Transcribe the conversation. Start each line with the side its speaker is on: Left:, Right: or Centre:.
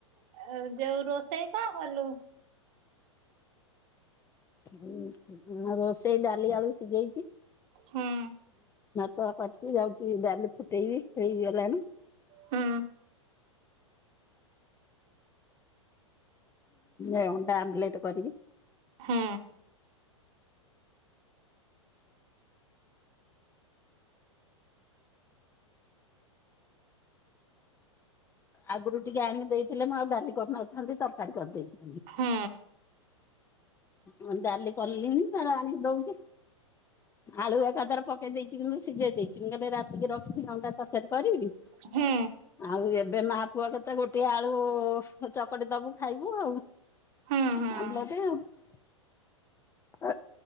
Right: <inaudible> ଯୋଉ ରୋଷେଇ କଣ କଲୁ?
Left: ହଁ ଆ ରୋଷେଇ ଡାଲି ଆଳୁ ସିଝେଇଛି।
Right: ହୁଁ
Left: ତ କରିଚ ଯାଉଛି ଡାଲି ଫୁଟେଇବି ହେଇି ଗଲାଣି।
Right: ହୁଁ।
Left: ଏ ଅଣ୍ଡା ଆମଲେଟ୍ କରିବି।
Right: ହୁଁ।
Left: ଆଗୁରୁ ଟିକେ ଆଣିକି ଦେଇଥିଲେ ମୁଁ ଆଉ ଡାଲି କରି ନଥାନ୍ତି, ତରକାରୀ କରି ଦେଇଥାନ୍ତି।
Right: ହୁଁ।
Left: ମୁଁ ଡାଲି କଲିଣି ତାର ଆଣିକି ଦଉଛି। ଆଳୁ ଏକାଥରେ ପକେଇ ଦେଇଛି, କିନ୍ତୁ ସିଝେଇ ଦେଇଛି ମୁଁ <unintelligible> ରାତିକି ରଖିବି ଅଣ୍ଡା ତରକାରୀ କରିବି।
Right: ହୁଁ।
Left: ଆଉ ଏବେ ମା ପୁଅ କେତେ ଗୋଟିଏ ଆଳୁ ଚକଡି ଦବୁ ଖାଇବୁ ଆଉ।
Right: ହୁଁ
Left: <unintelligible>
Right: ହୁଁ।
Left: ଅ